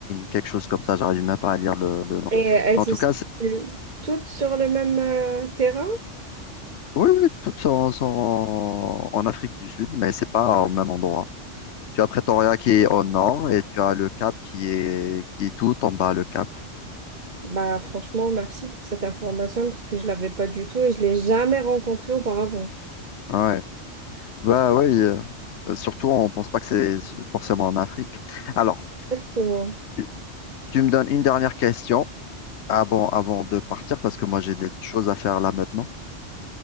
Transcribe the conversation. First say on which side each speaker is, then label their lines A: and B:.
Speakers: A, on the left; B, on the right.
A: quelque chose comme ça. J'arrive même pas à lire le, le nom.
B: Et elles
A: Mais
B: se
A: en tout
B: situent
A: cas, c'est-
B: toutes sur le même euh, terrain?
A: oui, oui, toutes sont, sont en Afrique du Sud, mais c'est pas au même endroit. Tu as Pretoria qui est au nord et tu as le Cap qui est, qui est tout en bas, le Cap.
B: Bah, franchement, merci pour cette information parce que je l'avais pas du tout et je l'ai jamais rencontrée auparavant.
A: Ouais. Bah oui, euh, euh, surtout on pense pas que c'est forcément en Afrique. Alors,
B: Exactement.
A: tu tu me donnes une dernière question avant, avant de partir parce que moi j'ai des choses à faire là maintenant.